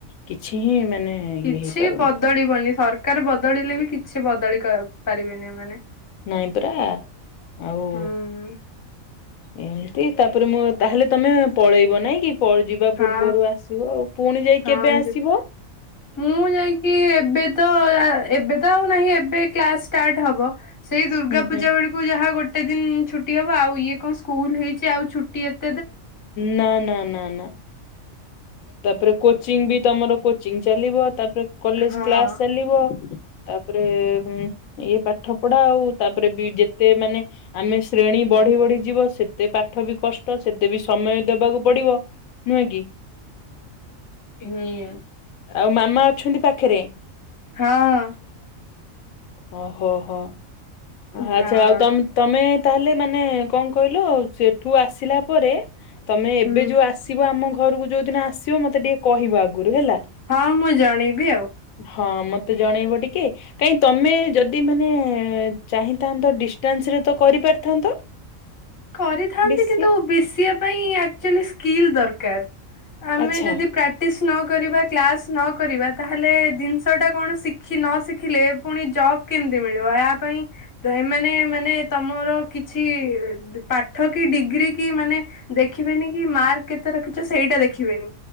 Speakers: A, on the left; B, on the left.
A: କିଛି ହିଁ ମାନେ ଇଏ
B: କିଛି
A: ହେଇପାରୁନି
B: ବଦଳିବନି ସରକାର ବଦଳିଲେ ବି କିଛି ବଦଳି କ ପାରିବେନି ଏମାନେ
A: ନାଇଁ ପରା ଆଉ
B: ହୁଁ
A: ଏମିତି ତାପରେ ମୁଁ ତାହେଲେ ତମେ ପଳେଇବ ନାଇଁ କି ପ ଯିବା
B: ହଁ
A: ପୂର୍ବରୁ ଆସିବ ଆଉ। ପୁଣି ଯାଇ
B: ହଁ
A: କେବେ
B: ଯି
A: ଆସିବ? ଯିବ।
B: ମୁଁ ଯାଇକି ଏବେ ତ ଆ ଏବେ ତ ଆଉ ନାହିଁ ଏବେ କ୍ଲାସ ଷ୍ଟାର୍ଟ ହବ ସେଇ ଦୁର୍ଗା
A: ହୁଁ
B: ପୂଜା
A: ହୁଁ
B: ବେଳକୁ ଯାହା ଗୋ ଗୋଟେ ଦିନ ଛୁଟି ହେବ ଆଉ ଇଏ କଣ ସ୍କୁଲ ହେଇଚି ଆଉ ଛୁଟି ଏତ
A: ନା ନା ନା ନା। ତାପରେ କୋଚିଂ ବି ତମର କୋଚିଂ ଚାଲିବ, ତାପରେ କଲେଜ
B: ହଁ
A: କ୍ଲାସ ଚାଲିବ। ତାପରେ ଇ ପା ପାଠ ପଢା ଆଉ ତାପରେ ବି ଯେତେ ମାନେ ଆମେ ଶ୍ରେଣୀ ବଢ଼ି ବଢ଼ି ଯିବ ସେତେ ପାଠ ବି କଷ୍ ତ ସେତେ ବି ସମୟ ଦେବାକୁ ପଡିବ ନୁହେଁ କି?
B: ହୁଁ।
A: ଆଉ ମାମା ଅଛନ୍ତି ପାଖେରେ?
B: ହଁ
A: ଓହୋ ହୋ
B: ହଁ
A: ଆଚ୍ଛା ଆଉ ତମ ତମେ ତାହେଲେ ମାନେ କଣ କହିଲ ସେଠୁ ଆସିଲା ପରେ ତମେ ଏବେ
B: ହୁଁ
A: ଯୋଉ ଆସିବ ଆମ ଘରକୁ ଯୋଉ ଦିନ ଆସିବ ମତେ ଟିକେ କହିବ ଆଗରୁ ହେଲା।
B: ହଁ ମୁଁ ଜଣେଇବି ଆଉ।
A: ହଁ ମତେ ଜଣେଇବ ଟିକେ କାଇଁ ତମେ ଯଦି ମାନେ ଚାହିଁଥାନ୍ତ ଡିଷ୍ଟାନ୍ସ ରେ ତ କରିପାରିଥାନ୍ତ।
B: କରିଥାନ୍ତି
A: ବେଶୀ
B: କିନ୍ତୁ ବିଶିଏ ପାଇଁ ଆକ୍ଚୁଆଲି ସ୍କିଲ୍ ଦରକାର। ଆମେ
A: ଆଚ୍ଛା
B: ଯଦି ପ୍ରାକ୍ଟିସ୍ ନ କରିବା କ୍ଲାସ୍ ନ କରିବା ତାହେଲେ ଜିନିଷଟା କଣ ଶିଖି ନ ଶିଖିଲେ ପୁଣି ଜବ କେମିତି ମିଳିବ ଏହା ପାଇଁ ଏମାନେ ମାନେ ତମର କିଛି ପାଠ କି ଡିଗ୍ରୀ କି ମାନେ ଦେଖିବେନି କି ମାର୍କ କେତେ ରଖିଚ ସେଇଟା ଦେଖିବେନି।